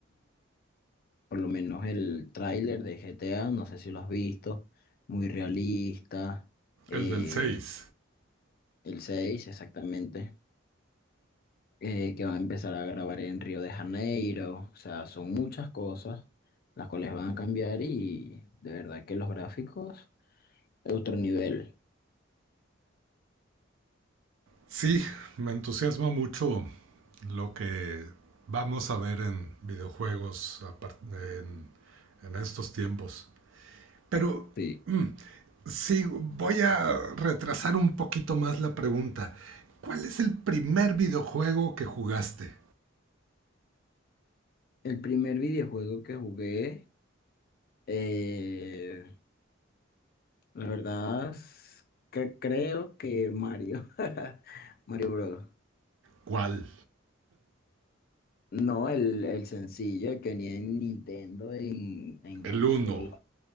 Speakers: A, on the left; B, on the right.
A: Por lo menos el tráiler de GTA, no sé si lo has visto, muy realista. eh,
B: El del 6.
A: el 6 exactamente, eh, que van a empezar a grabar en Río de Janeiro. O sea, son muchas cosas las cuales van a cambiar y de verdad que los gráficos, otro nivel.
B: Sí, me entusiasma mucho lo que vamos a ver en videojuegos a par- en, en estos tiempos. Pero
A: Sí.
B: mm, sí, voy a retrasar un poquito más la pregunta. ¿Cuál es el primer videojuego que jugaste?
A: El primer videojuego que jugué, eh, la verdad, es que creo que Mario, <laughs> Mario Bros.
B: ¿Cuál?
A: No, el, el sencillo el que tenía en Nintendo en, en
B: El
A: consola.
B: uno.